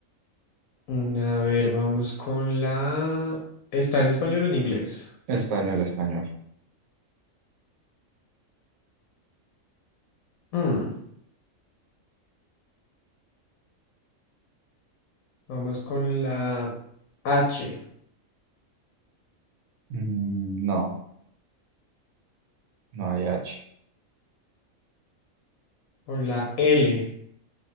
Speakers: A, on the left; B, on the right.
A: Mm, A ver, vamos con la... ¿Está en español o en inglés?
B: Español, español.
A: Mm, Vamos con la H,
B: Mm, no, no hay H.
A: con la L.